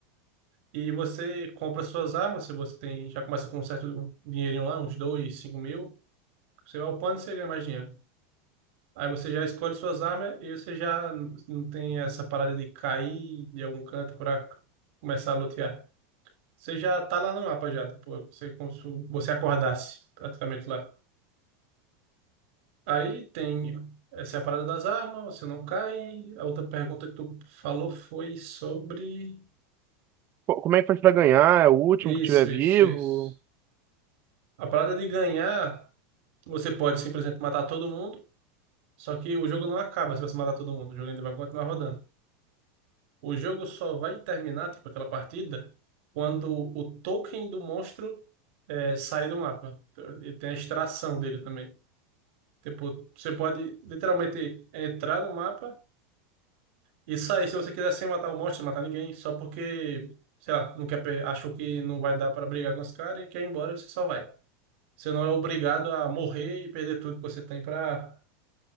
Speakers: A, on the right; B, on the right.
A: E você compra suas armas, se você tem. Já começa com um certo dinheirinho lá, uns dois, cinco mil. Você vai upando e você ganha mais dinheiro. Aí você já escolhe suas armas e você já não tem essa parada de cair de algum canto para começar a lutear. Você já tá lá no mapa já, tá? Pô, você, como se você acordasse praticamente lá. Aí tem essa é a parada das armas, você não cai. A outra pergunta que tu falou foi sobre.
B: Co- Como é que faz pra ganhar? É o último
A: Isso,
B: que tiver vivo?
A: isso, isso. A parada de ganhar, você pode simplesmente matar todo mundo, só que o jogo não acaba se você matar todo mundo, o jogo ainda vai continuar rodando. O jogo só vai terminar, tipo, aquela partida, quando o token do monstro eh, sai do mapa. Então, Ele tem a extração dele também. Tipo, você pode literalmente entrar no mapa e sair se você quiser sem matar o monstro, sem matar ninguém, só porque, sei lá, não quer, pe- achou que não vai dar pra brigar com os caras e quer ir embora, você só vai. Você não é obrigado a morrer e perder tudo que você tem pra.